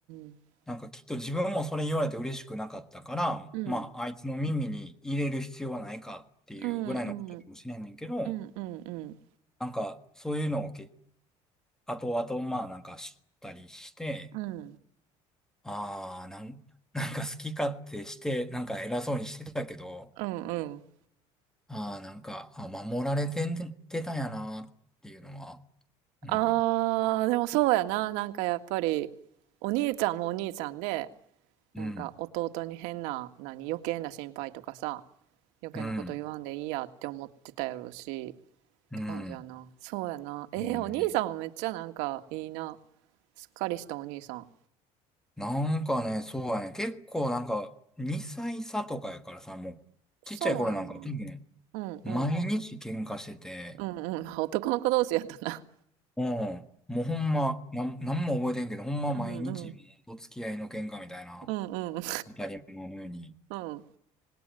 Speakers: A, on the right; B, in the centre.
A: ん
B: なんかきっと自分もそれ言われて嬉しくなかったから、
A: うんうん
B: まああいつの耳に入れる必要はないかっていうぐらいのことかもしれないんだけど、
A: うんうんうんうんうん
B: なんかそういうのをけ、後々まあなんか知ったりして、
A: うん
B: ああ、なん、<laughs> なんか好き勝手して、なんか偉そうにしてたけど、
A: うんうん。
B: ああ、なんか、あ、守られてんてたんやなっていうのは、うん、
A: あー、でもそうやな。なんかやっぱり、お兄ちゃんもお兄ちゃんで、
B: うん、
A: なんか弟に変な、何、余計な心配とかさ、余計なこと言わんでいいやって思ってたやろうし、
B: うん、
A: って感じやな。
B: うん、
A: そうやな。えー、
B: もうね、
A: お兄さんもめっちゃなんかいいな。すっかりしたお兄さん。
B: なんかね、そうやね、結構なんか、2歳差とかやからさ、もう、
A: そうやな。
B: ちっちゃい頃なんか多分、
A: うんうん。
B: 毎日喧嘩してて、
A: うんうん。まあ男の子同士やったな。
B: うん、もうほんま、なん、なんも覚えてんけど、ほんま毎日、
A: うんうん。
B: もう、お付き合いの喧嘩みたいな、
A: うんうん。
B: 当たり前のように。
A: うん。